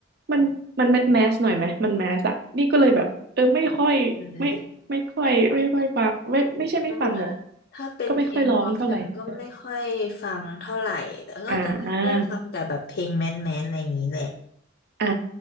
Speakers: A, on the right (about 50°); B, on the left (about 50°).
A: มันมันแมสแมสหน่อยไหม มันแมสอะนี่ก็เลยแบบเออไม่ค่อยไม่ไม่ค่อยไม่ค่อยฟังไม่ไม่ใช่ไม่ฟังแบบ
B: เลยแล้วถ้าถ้าเป็นเพลงร็อกฉันก็ไม่ค่อยฟังเท่าไหร่แต่ก็จะได้ฟังแต่แบบเพลงแมนแมนอะไรอย่างนี้แหละ
A: ก็ไม่ค่อยร้องเท่าไหร่ออ่าอ่า